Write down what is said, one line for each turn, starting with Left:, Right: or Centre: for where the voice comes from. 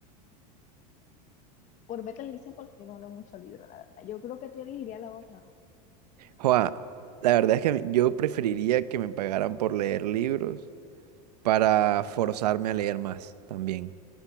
Left: Por ver televisión, porque no leo mucho libro, la verdad. Yo creo que tú elegirías la otra, ¿no?
Right: Joa, la verdad es que yo preferiría que me pagaran por leer libros para forzarme a leer más también.